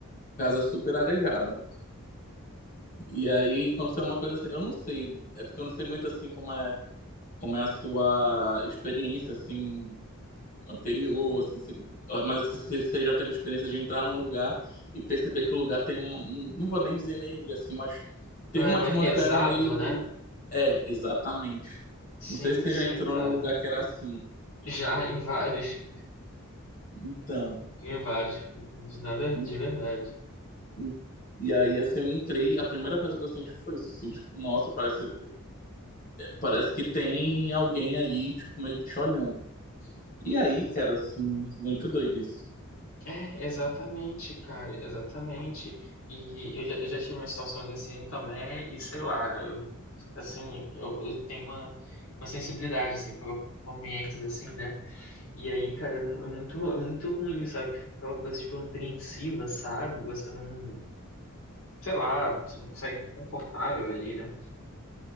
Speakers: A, on the left (about 40°); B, on the left (about 70°).
A: Casa super arejada. E aí aconteceu uma coisa assim, eu não sei, é porque eu não sei muito assim como é como é a sua experiência assim anterior, assim, se- mas assim, se você já teve a experiência de entrar num lugar e perceber que o lugar tem um, um- não vou nem dizer energia assim, mas tem
B: É
A: uma
B: mais
A: atmosfera
B: pesado,
A: meio,
B: né?
A: é, exatamente.
B: Sim,
A: Não sei se você
B: sim,
A: já entrou
B: cara.
A: num lugar que era assim.
B: Já em vários,
A: Então,
B: em vários, de, na ver-
A: em-
B: de verdade.
A: em- e aí assim eu entrei, a primeira coisa que eu senti foi isso, assim, tipo, nossa, parece parece que tem alguém ali, tipo, meio que te olhando. E aí, cara, assim, muito doido isso.
B: É, exatamente, cara, exatamente. E eu já, eu já tive umas situações assim também, e sei lá, eu, assim, eu, eu tenho uma, uma sensibilidade, assim, para ambientes assim, né? E aí, cara, é, mu- é muito, é muito ruim, sabe? Aquela coisa, tipo, apreensiva, sabe? Você não, sei lá, você não consegue ficar confortável ali, né?